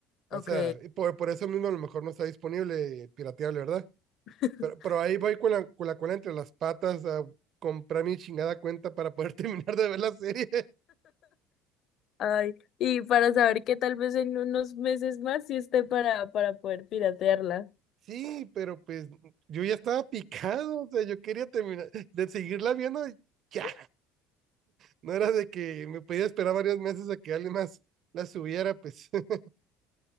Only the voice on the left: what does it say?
Ok.
<laughs>
Ay, y para saber que tal vez en unos meses más sí esté para, para poder piratearla.
<laughs>